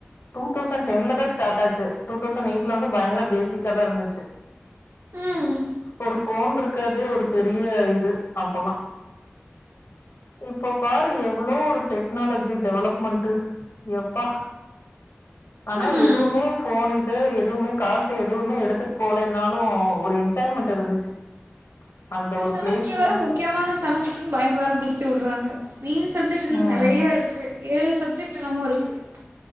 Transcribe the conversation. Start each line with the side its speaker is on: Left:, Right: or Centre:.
Left: டூ தெளசண் டென்லதா ஸ்டாட்டாச்சு டு தெளசண் எய்ட்ல வந்து பயங்கர பேசிக்கா தா இருந்துச்சு
Right: ம்
Left: ஒரு ஃபோன் ருக்காது ஒரு பெரிய இது அப்பலா இப்ப பாரு எவ்ளோ ஒரு டெக்னாலஜி டெவ்ளப்மன்ட்டு எப்பா ஆனா
Right: ம் ம்
Left: எதுமே ஃபோன் இது எதுமே காசு எதுமே எடுத்துட் போலைனாலு ஒரு என்ஜாய்மென்ட் இருந்துச்சு அந்த
Right: இந்த
Left: ஒரு
Right: செமஸ்ட்ரு
Left: பிளேஸ்ல
Right: வேற முக்கியமான செமஸ்ட்ருனு பயம் வேற முருத்தி உட்றாங்க மெயின் சப்ஜெட் இதுல
Left: ம்
Right: நெறையாருக்கு ஏழு சப்ஜெக்ட் என்னமோருக் <inaudible>